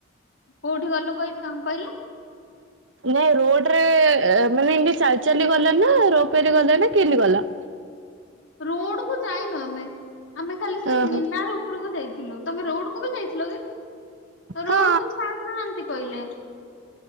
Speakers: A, on the left; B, on the right.
A: କୋଉଠି ଗଲୁ କ କଣ କହିଲୁ?
B: ନାଇଁ ରୋଡରେ ମାନେ ଏମତି ଚାଲି ଚାଲି ଗଲ ନା, ରୋପରେ ଗଲ, ନା କେମିତି ଗଲ?
A: ରୋଡ କୁ ଯାଇନୁ ଆମେ, ଆମେ ଖାଲି ସେ
B: ଓହୋ
A: ମିନାରୁ ଉପରକୁ ଯାଇଥିଲୁ, ତମେ ରୋଡ କୁ ବି ଯାଇଥିଲ କି?
B: ହଁ
A: ରୋଡ କୁ ଛାଡୁନାହାନ୍ତି କହିଲେ।